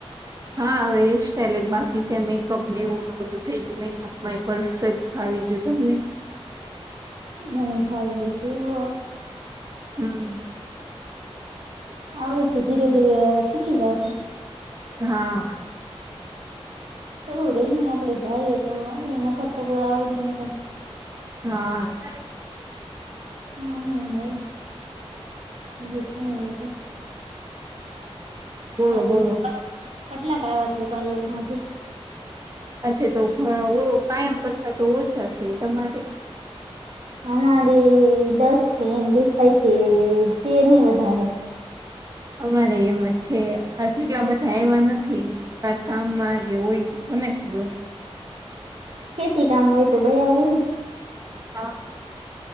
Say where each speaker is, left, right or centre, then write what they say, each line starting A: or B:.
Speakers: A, on the right (about 35°); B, on the right (about 80°).
A: હા હવે હેર સ્ટાઈલ એક બાકી છે મેકઅપ ને એવું બધું થઈ ગયુ મેકઅપ માં એ પરફેક્ટ ફાવી ગયું તમને
B: મને ફાવી ગયું સે હેવુ હ.
A: હમ.
B: આવડે છે ધીરે ધીરે એ શીખી જાશે.
A: હા.
B: શરૂ રહી ને આપડે જાઈએ તો આવડે ન કરતો આવડે નઈ કઈ.
A: હા.
B: હા જે <unintelligible> હોય કે
A: બોલો
B: પાલૅર
A: બોલો
B: માં કટ કેટલાક આયવા છે પાલૅરમાં આજે.
A: અચ્છા તો ગળા હો કાયમ કરતા તો ઓછા છે તમારે
B: અમારે દસ કે એમ દેખાય સે છે નહી વધારે
A: અમારે એમ જ છે હજી કેટલા આયવા બધા નથી. કાક કામમાં કે હોય કે કોને ખબર.
B: ખેતી કામ હોય તો ગયા હોય ને.
A: હા.